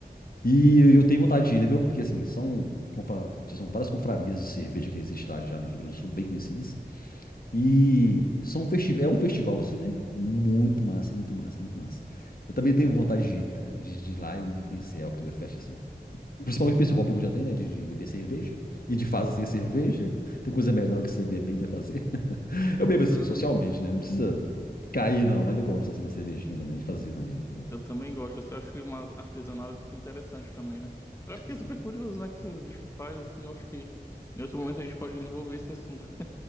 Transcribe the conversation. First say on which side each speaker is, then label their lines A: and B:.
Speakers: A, on the left; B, on the left.
A: E eu, eu tenho vontade de ir, entendeu? Porque assim, são, confra- são várias confrarias de cerveja que existe lá já no Rio Grande do Sul, bem conhecidas. E são um festival, é um festival assim, né? Muito massa, muito massa, muito massa. Eu também tenho vontade de ir, cara, de, de ir lá e conhecer a Oktoberfest, assim. Principalmente por esse hobby que eu já tenho, né? De, de beber cerveja. E de fazer assim, cerveja. Tem coisa melhor que você beber e ainda fazer. <laughs> Eu bebo
B: Não,
A: assim, socialmente, né? Não precisa cair, não, mas eu gosto assim, de uma cervejinha também, fazer também. Muito bom.
B: eu também gosto. Assim, eu acho que uma artesanal deve ser interessante também, né? Agora eu fiquei
A: Sim.
B: super curioso, né? Que você diz que faz, assim, eu acho que em outro momento a gente pode desenvolver esse assunto.